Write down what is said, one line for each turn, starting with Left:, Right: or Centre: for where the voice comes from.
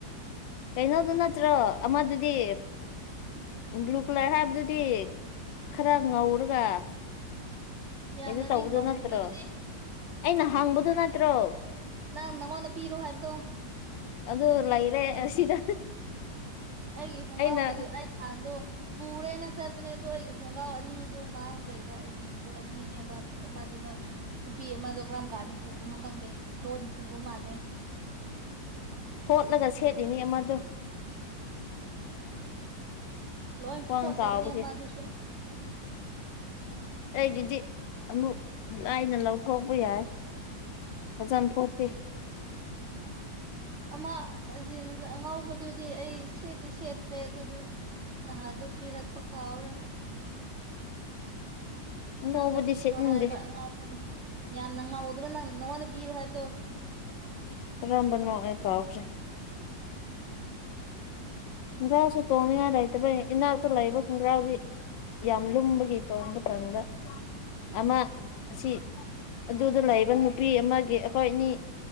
Left: ꯀꯩꯅꯣꯗꯨ ꯅꯠꯇ꯭ꯔꯣ ꯑꯃꯗꯨꯗꯤ ꯒ꯭ꯂꯨꯀꯂꯔ ꯍꯥꯏꯕꯗꯨꯗꯤ ꯈꯔ ꯉꯧꯔꯒ
Right: ꯌꯥꯝꯅꯗꯤ
Left: ꯀꯩꯅ ꯇꯧꯕꯗꯣ
Right: ꯉꯧꯗꯕꯅꯦ
Left: ꯅꯠꯇ꯭ꯔꯣ ꯑꯩꯅ ꯍꯪꯕꯗꯨ ꯅꯠꯇ꯭ꯔꯣ
Right: ꯅꯪ ꯅꯪꯉꯣꯟꯗ ꯄꯤꯔꯣ ꯍꯥꯏꯕꯗꯣ
Left: ꯑꯗꯨ ꯂꯩꯏꯔꯦ ꯑꯁꯤꯗ
Right: ꯑꯩꯒꯤ ꯈꯣꯡꯒꯔꯥꯎ
Left: ꯑꯩꯅ
Right: ꯀꯔꯤ ꯍꯥꯟꯗꯣ ꯄꯨꯔꯦꯅ ꯆꯠꯄꯅꯦ ꯑꯗꯨ ꯑꯩꯒꯤ ꯈꯣꯡꯒ꯭ꯔꯥꯎ ꯑꯅꯤꯗꯨ ꯃꯥꯡ ꯂꯩꯕ ꯑꯩ ꯖꯤꯟꯗꯣ ꯑꯅꯤꯅꯦꯕ ꯑꯃꯗꯨꯅ ꯅꯨꯄꯤ ꯑꯃꯗꯣ ꯀꯔꯝ ꯀꯥꯟꯗ ꯄꯨꯕꯅꯣ ꯈꯪꯗꯦ ꯂꯣꯟ ꯄꯨꯕ ꯃꯥꯜꯂꯦ
Left: ꯐꯣꯠꯂꯒ ꯁꯦꯠꯂꯤꯅꯤ ꯑꯃꯗꯣ
Right: ꯂꯣꯏ
Left: ꯈ꯭ꯋꯥꯡ
Right: ꯐꯣꯠꯂꯕꯅꯦ
Left: ꯆꯥꯎꯕꯒꯤ
Right: ꯑꯃꯥꯗꯨꯁꯨ
Left: ꯑꯩꯒꯤꯗꯤ ꯑꯃꯨꯛ ꯂꯥꯏꯅ ꯂꯧꯊꯣꯛꯄ ꯌꯥꯏ ꯐꯖꯅ ꯐꯣꯠꯇꯦ
Right: ꯑꯃ ꯖꯤꯟꯁ ꯑꯉꯧꯕꯗꯨꯗꯤ ꯑꯩ ꯁꯦꯠꯇꯤ ꯁꯦꯠꯇ꯭ꯔꯦ ꯑꯗꯨꯗꯨ ꯅꯍꯥꯗꯨ ꯄꯤꯔꯛꯄ ꯀꯥꯎꯔꯦ
Left: ꯉꯧꯕꯗꯤ
Right: ꯅꯪꯅ ꯄꯤꯔꯣ
Left: ꯁꯤꯠꯅꯤꯡꯗꯦ
Right: ꯍꯥꯏꯕ ꯑꯉꯧꯕꯗꯨ ꯌꯥꯝꯅ ꯉꯧꯗꯕ ꯅꯪ ꯅꯪꯉꯣꯟꯗ ꯄꯤꯔꯣ ꯍꯥꯏꯕꯗꯨ
Left: ꯀꯔꯝꯕꯅꯣ ꯑꯩ ꯀꯥꯎꯈ꯭ꯔꯦ꯫ ꯒ꯭ꯔꯥꯁꯨ ꯇꯣꯡꯅꯤꯉꯥꯏ ꯂꯩꯇꯕꯩ ꯏꯅꯥꯛꯇ ꯂꯩꯕ ꯈꯣꯡꯒ꯭ꯔꯥꯎꯗꯤ ꯌꯥꯝ ꯂꯨꯝꯕꯒꯤ ꯇꯣꯡꯕ ꯇꯟꯕ ꯑꯃ ꯑꯁꯤ ꯑꯗꯨꯗ ꯂꯩꯕ ꯅꯨꯄꯤ ꯑꯃꯒꯤ ꯑꯩꯈꯣꯏꯅꯤ